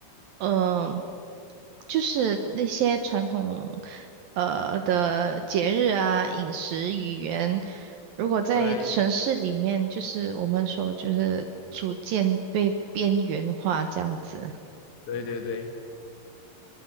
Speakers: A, on the right; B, on the left.
A: 嗯、就是那些传统呃的节日啊、饮食、语言，如果在城市里面，
B: 对
A: 就是我们说就是逐渐被边缘化这样子。
B: 对对对，